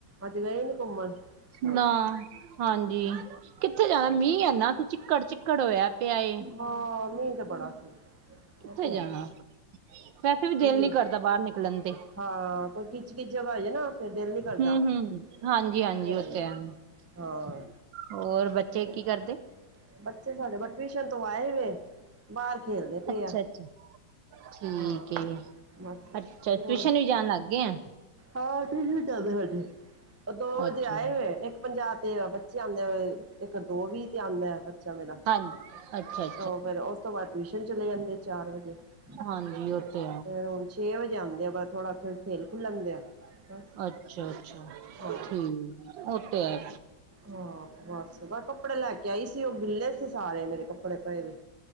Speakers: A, on the right; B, on the right.
A: ਅੱਜ ਗਏ ਨੀ ਘੁੰਮਣ। ਅੱਛਾ
B: ਨਾ ਹਾਂਜੀ। ਕਿੱਥੇ
A: ਅੱਛਾ
B: ਜਾਣਾ ਮੀਂਹ ਐਨਾ ਕਿ ਚਿੱਕੜ 'ਚ ਚਿੱਕੜ ਹੋਇਆ ਪਿਆ ਏ।
A: ਹਾਂ ਮੀਂਹ ਤੇ ਬੜਾ ਸੀ। ਉਹ
B: ਕਿੱਥੇ
A: ਤੇ
B: ਜਾਣਾ।
A: ਹੈ ਹੀ
B: ਵੈਸੇ ਵੀ ਦਿਲ
A: ਮੀਂਹ
B: ਨੀ ਕਰਦਾ ਬਾਹਰ ਨਿਕਲਣ ਤੇ
A: ਹਾਂ ਕੋਈ ਕਿੱਚ ਕਿਚ ਜਗ੍ਹਾ ਹੋ ਜੇ ਨਾ ਫਿਰ ਦਿਲ ਕਰਦਾ
B: ਹੂੰ ਹੂੰ ਹਾਂਜੀ - ਹਾਂਜੀ
A: ਇਹ ਤੇ ਹੈ
B: ਉੱਥੇ
A: ਹੀ ਹੈ।
B: ਆ
A: ਹਾਂ
B: ਹੋਰ ਬੱਚੇ
A: ਤੇ
B: ਕੀ ਕਰਦੇ ਏ।
A: ਬੱਚੇ ਸਾਡੇ ਟਿਊਸ਼ਨ ਤੋਂ ਆਏ ਵੇ ਬਾਹਰ ਖੇਲਦੇ ਪਏ
B: ਅੱਛਾ
A: ਆ।
B: ਅੱਛਾ ਠੀਕ
A: ਹਾਂ
B: ਏ
A: ਬਸ
B: ਅੱਛਾ
A: ਹੋਰ
B: ਟਿਊਸ਼ਨ ਵੀ ਜਾਣ ਲੱਗ ਗਏ ਆ
A: ਹਾਂ ਠੀਕ ਏ ਚੱਲਦੇ ਸਾਡੇ ਉਹ ਦੋ ਵਜੇ
B: ਅੱਛਾ
A: ਆਏ ਹੋਏ ਇੱਕ ਪੰਜਾਹ ਤੇ ਬੱਚੇ ਆਂਦੇ ਹੋਏ ਇੱਕ ਦੋ ਵੀਹ ਤੇ ਆਂਦਾ ਬੱਚਾ ਮੇਰਾ।
B: ਹਾਂਜੀ ਅੱਛਾ ਜੀ।
A: ਉਹ ਫੇਰ ਉਸ ਤੋਂ ਬਾਅਦ ਟਿਊਸ਼ਨ ਚਲੇ ਜਾਂਦੇ ਚਾਰ ਵਜੇ
B: ਹਾਂਜੀ
A: ਬਸ
B: ਉਹ ਤੇ ਹੈ
A: ਫਿਰ ਛੇ ਵਜੇ ਆਦੇ ਆ। ਬ ਥੋੜ੍ਹਾ ਫਿਰ ਖੇਲ ਖੁਲ ਲੈਂਦੇ ਆ ਬਸ
B: ਅੱਛਾ ਅੱਛਾ
A: ਹਾਂ।
B: ਠੀਕ ਉਹ ਤੇ ਹੈ
A: ਹਾ ਬਸ ਬ ਕੱਪੜੇ ਲੈ ਕੇ ਆਈ ਸੀ। ਉਹ ਗਿੱਲੇ ਸੀ ਸਾਰੇ ਮੇਰੇ ਕੱਪੜੇ ਪਏ ਵਏ।